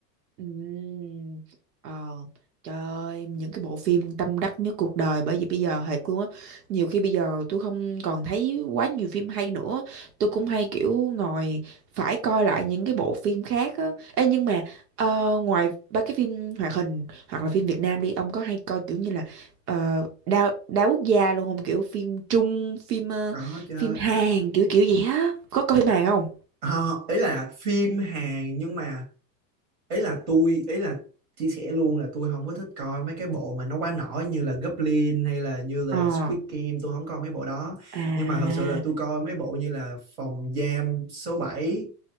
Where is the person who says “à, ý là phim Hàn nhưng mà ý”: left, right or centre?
Right